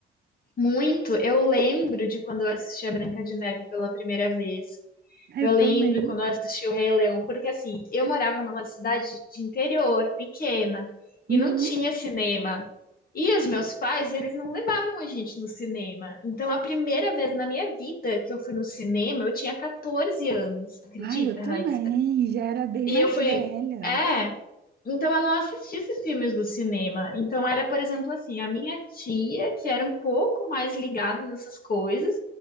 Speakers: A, on the left; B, on the right.
A: Muito, eu lembro de quando eu assisti a Branca de Neve pela primeira vez.
B: Eu
A: Eu lembro
B: também.
A: quando eu assisti o Rei Leão, porque assim, eu morava numa cidade de interior, pequena, e
B: Uhum.
A: não tinha cinema. E os meus pais, eles não levavam a gente no cinema. Então, a primeira vez na minha vida que eu fui no cinema, eu tinha 14 anos, acredita,
B: Ah, eu também.
A: Raíssa?
B: Já era bem
A: E
B: mais
A: eu fui.
B: velha.
A: É, então, eu não assisti esses filmes do cinema. Então, era, por exemplo, assim, a minha tia, que era um pouco mais ligada nessas coisas,